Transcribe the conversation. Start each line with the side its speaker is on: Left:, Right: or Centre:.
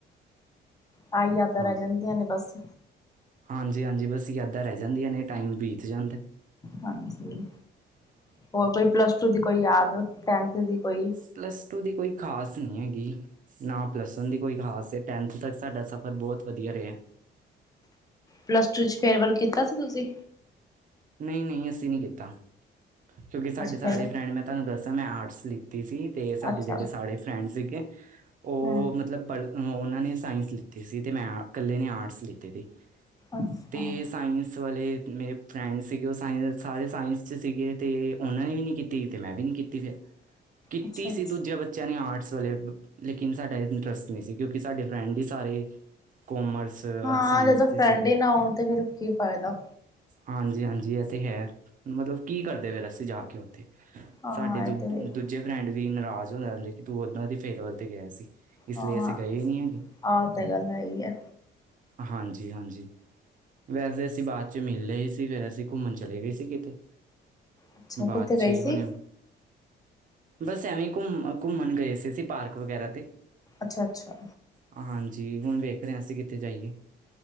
Left: ਆਈ ਯਾਦਾਂ
Right: ਹਾਂ
Left: ਰਹਿ ਜਾਂਦੀਆਂ ਨੇ ਬਸ
Right: ਹਾਂਜੀ ਹਾਂਜੀ, ਬਸ ਯਾਦਾਂ ਰਹਿ ਜਾਂਦੀਆਂ ਨੇ ਟਾਈਮ ਬੀਤ ਜਾਂਦੇ
Left: ਹਾਂਜੀ, ਹੋਰ ਕੋਈ ਪਲੱਸ ਟੂ ਦੀ ਕੋਈ ਯਾਦ, ਟੈਨਥ ਦੀ ਕੋਈ
Right: ਪਲੱਸ ਟੂ, ਦੀ ਕੋਈ ਖਾਸ ਨਹੀਂ ਹੈਗੀ ਨਾ ਪਲੱਸਨ ਦੀ ਕੋਈ ਖ਼ਾਸ, ਟੈਨਥ ਤੱਕ ਸਾਡਾ ਸਫ਼ਰ ਬਹੁਤ ਵਧੀਆ ਰਿਹਾ
Left: ਪਲੱਸ ਟੂ ਚ ਫੇਰਵੱਲ ਕੀਤਾ ਸੀ ਤੁਸੀਂ?
Right: ਨਹੀਂ ਨਹੀਂ, ਅਸੀਂ ਨਹੀਂ ਕੀਤਾ ਕਿਉਂਕਿ ਸਾਡੇ
Left: ਅੱਛਾ
Right: ਸਾਰੇ
Left: ਫੇਅਰਵੈਲ
Right: ਫਰੈਂਡ ਮੈਂ ਤੁਹਾਨੂੰ ਦੱਸਾਂ ਮੈਂ ਆਰਟਸ ਲਿੱਤੀ ਸੀ ਅਤੇ ਸਾਡੇ
Left: ਅੱਛਾ
Right: ਜਿਹੜੇ ਸਾਰੇ ਫਰੈਂਡ ਸੀਗੇ ਉਹ
Left: ਹੂੰ
Right: ਮਤਲਬ- ਪਰ ਉਹਨਾਂ ਨੇ ਸਾਇੰਸ ਲਿੱਤੀ ਸੀ ਤੇ ਮੈਂ ਇਕੱਲੇ ਨੇ ਆਰਟਸ ਲੀਤੀ ਸੀ।
Left: ਅੱਛਾ
Right: ਤੇ, ਸਾਇੰਸ ਵਾਲੇ ਮੇਰੇ ਫਰੈਂਡ ਸੀਗੇ ਉਹ ਸਾਇੰਸ ਸਾਰੇ ਸਾਇੰਸ 'ਚ, ਸੀਗੇ ਅਤੇ ਉਹਨਾਂ ਨੇ, ਵੀ ਨਹੀਂ ਕੀਤੀ ਅਤੇ ਮੈਂ, ਵੀ ਨਹੀਂ ਕੀਤੀ ਫਿਰ ਕੀਤੀ
Left: ਅੱਛਾ ਅੱਛਾ
Right: ਸੀ ਦੂਜੇ ਬੱਚਿਆ ਬੱਚਿਆਂ ਨੇ ਆਰਟਸ ਵਾਲੇ ਲੇਕਿਨ ਸਾਡਾ ਇੰਟਰਸਟ ਨਹੀਂ ਸੀ, ਕਿਉਂਕਿ ਸਾਡੇ ਫਰੈਂਡ ਹੀ ਸਾਰੇ ਕੋਮਰਸ ਔਰ
Left: ਹਾਂ,
Right: ਸਾਇੰਸ
Left: ਜਦੋਂ
Right: ਦੇ
Left: ਫਰੈਂਡ
Right: ਸੀਗੇ
Left: ਹੀ ਨਾ ਆਉਣ ਤੇ ਫਿਰ ਕੀ ਫਾਇਦਾ।
Right: ਹਾਂਜੀ ਹਾਂਜੀ ਇਹ ਤਾਂ ਹੈ, ਮਤਲਬ ਕੀ ਕਰਦੇ ਫਿਰ ਅਸੀਂ ਜਾ ਕੇ ਉੱਥੇ-'
Left: ਹਾਂ
Right: ਸਾਡੇ
Left: ਇਹ
Right: ਦੂ ਦੂਜੇ
Left: ਤੇ ਹੈ ਹੀ,
Right: ਫਰੈਂਡ ਵੀ ਨਾਰਾਜ਼ ਹੋ ਜਾਂਦੇ, ਕਿ ਤੂੰ ੳਨਾਂ ਦੀ ਫੇਅਰਵਲ ਤੇ ਗਿਆ ਸੀ। ਇਸ
Left: ਹਾਂ
Right: ਲਈ ਅਸੀੇ ਗਏ ਹੀ ਨਹੀਂ ਹੈਗੇ
Left: ਆਹ ਤਾਂ ਗੱਲ ਹੈ ਹੀ ਹੈ
Right: ਹਾਂਜੀ ਹਾਂਜੀ, ਵੈਸੇ ਅਸੀਂ ਬਾਅਦ ਚ ਮਿਲਲੇ ਹੀ ਸੀ ਫਿਰ ਅਸੀਂ ਘੁੰਮਣ ਚਲੇ ਗਏ ਸੀ ਕਿਤੇ,
Left: ਅੱਛਾ
Right: ਬਾਅਦ
Left: ਕਿੱਥੇ
Right: 'ਚ
Left: ਗਈ ਸੀ
Right: ਹੁਣੇ ਬਸ ਐਵੇਂ ਘੁੰਮ ਘੁੰਮਣ ਗਏ ਸੀ ਅਸੀ ਪਾਰਕ ਵਗੈਰਾ ਤੇ।
Left: ਅੱਛਾ-ਅੱਛਾ।
Right: ਹਾਂਜੀ ਹੁਣ ਵੇਖ ਰਹੇ ਹਾਂ ਅਸੀਂ ਕਿਥੇ ਜਾਈਏ।